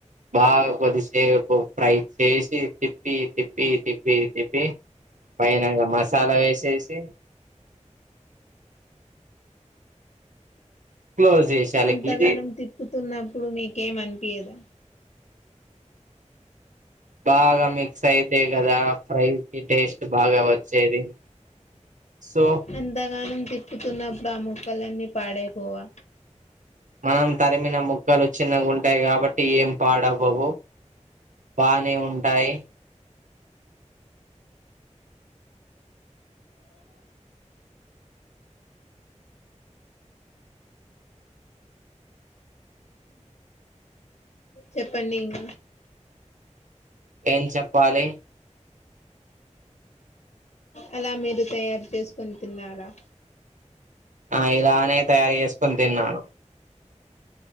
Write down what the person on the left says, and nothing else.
అంతగానం
తిప్పుతున్నప్పుడు మీకేం అనిపియ్యదా
ఎంతగా తిప్పుతున్నప్పుడు ఆ మోక్కలన్నీ పాడైపోవా
చెప్పండి ఇంగ
అలా మీరు తయారు చేసుకుని తిన్నారా